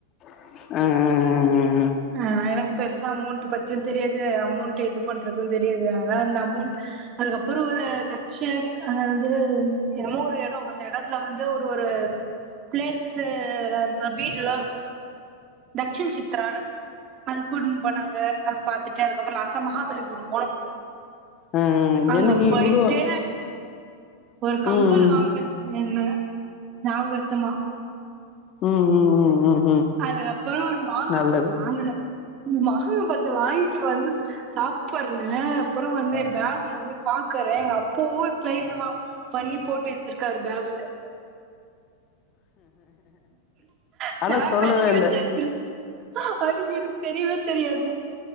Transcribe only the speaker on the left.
அ அ அ அஅ
ஆ ஆ
எனக்கு
கூடோ
ம்
ம் ம் ம் ம் ம்
நல்லது
ஆனா சொல்லவே
இல்ல